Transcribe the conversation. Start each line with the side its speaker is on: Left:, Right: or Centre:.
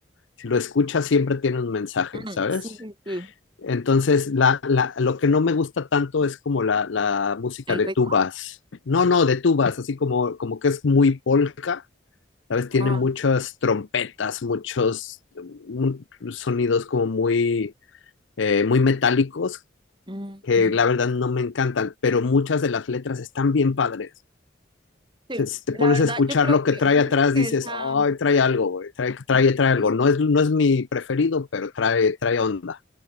Left: Si lo escuchas, siempre tiene un mensaje,
Right: Mm,
Left: ¿sabes?
Right: sí, sí, sí.
Left: Entonces, la, la, lo que no me gusta tanto es como la, la música
Right: ¿El
Left: de
Right: ritmo?
Left: tubas. No, no, de tubas, así como, como que es muy polka, ¿sabes? Tiene
Right: Ah.
Left: muchas trompetas, muchos mm, sonidos como muy, eh, muy metálicos
Right: Ujú.
Left: que la verdad no me encantan, pero muchas de las letras están bien padres.
Right: Sí,
Left: Si te
Right: la
Left: pones
Right: verdad,
Left: a escuchar
Right: yo creo
Left: lo que
Right: que,
Left: trae
Right: yo
Left: atrás,
Right: creo que
Left: dices,
Right: esa,
Left: ay, trae algo, güey, trae, trae, trae
Right: sí,
Left: algo. No es, no es mi preferido, pero trae, trae onda.